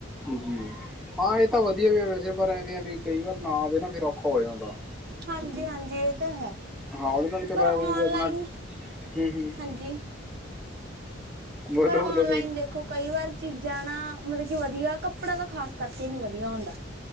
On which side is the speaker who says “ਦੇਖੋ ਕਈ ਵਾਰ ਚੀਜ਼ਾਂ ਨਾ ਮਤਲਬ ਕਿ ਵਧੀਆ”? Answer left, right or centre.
Right